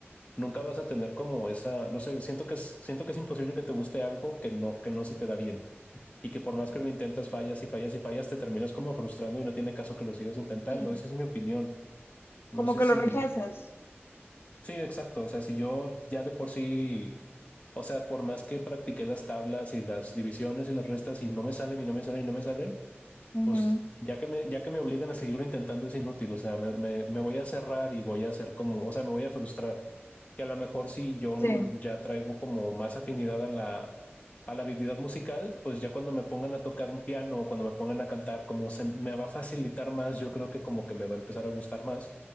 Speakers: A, on the left; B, on the left.
A: nunca vas a tener como esa, no sé, siento que es, siento que es imposible que te guste algo que no, que no se te da bien y que por más que lo intentas, fallas y fallas y fallas, te terminas como frustrando y no tiene caso que lo sigas intentando.
B: sí,
A: Esa es mi opinión. No
B: Como
A: sé
B: que
A: si,
B: lo rechazas.
A: sí, exacto. O sea, si yo ya de por sí, o sea, por más que practiqué las tablas y las divisiones y las restas y no me salen y no me salen y no me salen,
B: ujú,
A: pues ya que me, ya que me obligan a seguirlo intentando es inútil. O sea, me, me, me voy a cerrar y voy a hacer como, o sea, me voy a frustrar que a lo mejor si yo
B: Sí, sí,
A: ya traigo como más afinidad a la, a la habilidad musical, pues ya cuando me pongan a tocar un piano o cuando me pongan a cantar, como se me va a facilitar más, yo creo que como que me va a empezar a gustar más